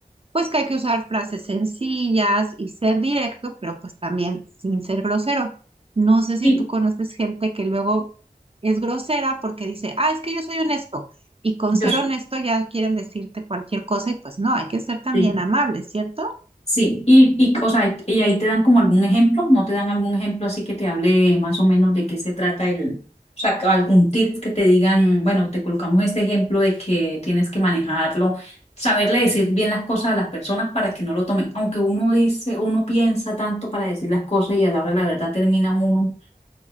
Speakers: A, on the right; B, on the left.
A: Pues que hay que usar frases sencillas y ser directo, pero pues también sin ser grosero. No sé si
B: Y
A: tú conoces gente que luego es grosera porque dice, ah, es que yo soy honesto. Y con ser
B: yo
A: honesto ya quieren decirte cualquier cosa y pues no, hay que ser también
B: sí.
A: amable, ¿cierto?
B: Sí, y, y, o sea, y ahí te dan como algún ejemplo, ¿no te dan algún ejemplo así que te hable más o menos de qué se trata el, o sea, que algún tip que te digan, bueno, te colocamos este ejemplo de que tienes que manejarlo, saberle decir bien las cosas a las personas para que no lo tomen, aunque uno dice, uno piensa tanto para decir las cosas y a la hora de la verdad termina uno